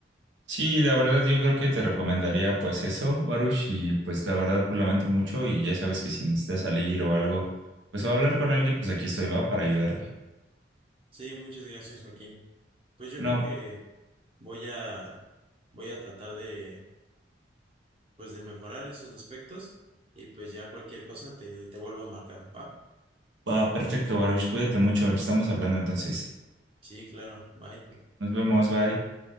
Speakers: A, on the right; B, on the right.
A: Sí, la verdad yo creo que te recomendaría pues eso, Baruch, y pues la verdad pues lamento mucho y ya sabes que si necesitas salir o algo, pues o hablar con alguien, pues aquí estoy, va, para ayudarte.
B: Sí, muchas gracias, Joaquín. Pues yo
A: No,
B: creo que voy a voy a tratar de pues de mejorar esos aspectos y pues ya cualquier cosa te, te vuelvo a marcar, ¿va?
A: va, perfecto, Baruch, cuídate mucho, nos estamos hablando entonces.
B: Sí, claro, bye.
A: Nos vemos, bye.